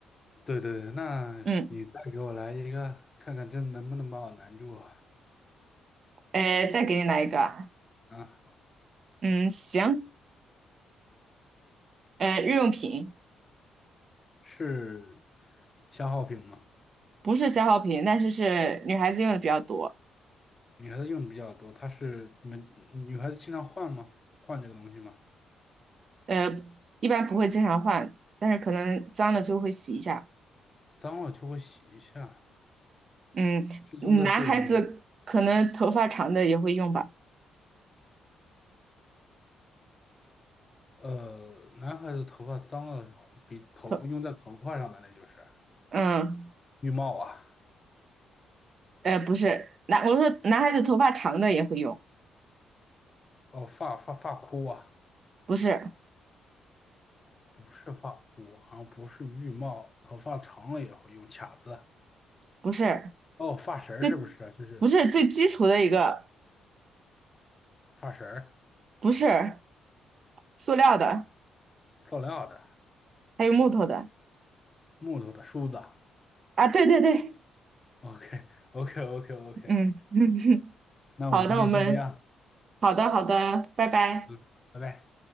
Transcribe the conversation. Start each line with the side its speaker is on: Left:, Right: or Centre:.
Left: 对对对，那你再给我来一个，
Right: 嗯，
Left: 看看这能不能把我难住
Right: 呃，再给你来一个啊
Left: 啊？
Right: 嗯，行，呃，日用品
Left: 是消耗品吗？
Right: 不是消耗品，但是是女孩子用的比较多，
Left: 女孩子用的比较多，它是你们女孩子经常换吗？换这个东西吗？
Right: 呃，一般不会经常换，但是可能脏了就会洗一下。
Left: 脏了就会洗一下，
Right: 嗯，
Left: 是用在自女
Right: 嗯男孩子可能头发长的也会用吧，
Left: 呃男孩子头发脏了比头用在头发上的那就是
Right: 头，嗯。
Left: 浴帽啊，
Right: 呃，不是，男，我说男孩子头发长的也会用，
Left: 哦发发发箍啊，
Right: 不是，
Left: 不是发箍，好像不是浴帽，头发长了也会用卡子，
Right: 不是，
Left: 哦发绳儿是不是啊？
Right: 最，
Left: 就是
Right: 不是最基础的一个，
Left: 发绳儿，
Right: 不是塑料的，
Left: 塑料的、
Right: 还有木头的
Left: 木头的梳子。
Right: 啊，对对对，
Left: OK OK OK OK，
Right: 嗯，<laughs>
Left: 那我们今天先这样，
Right: 好，那我们，好的好的，拜拜。
Left: 嗯，拜拜。